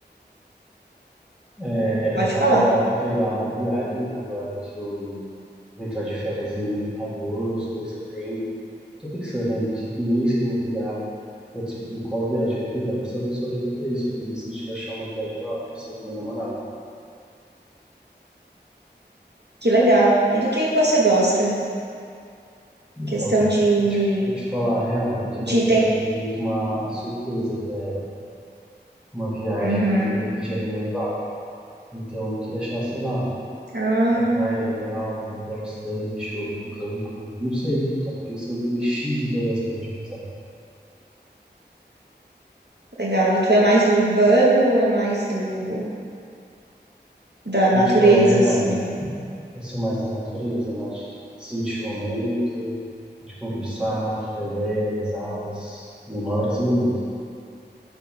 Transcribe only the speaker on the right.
Pode
falar.
Que legal. E do que que você gosta?
Questão de,
de
tem...
Uhum.
Ah,
legal. E tu é mais do urbano ou é mais do da natureza,
assim?